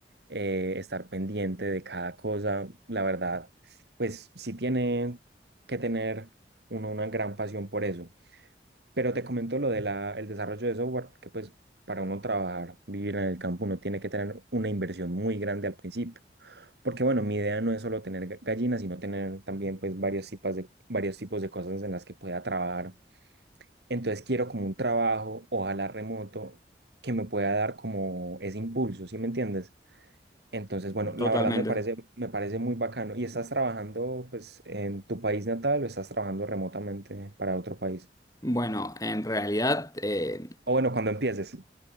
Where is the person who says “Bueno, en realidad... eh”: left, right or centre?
Left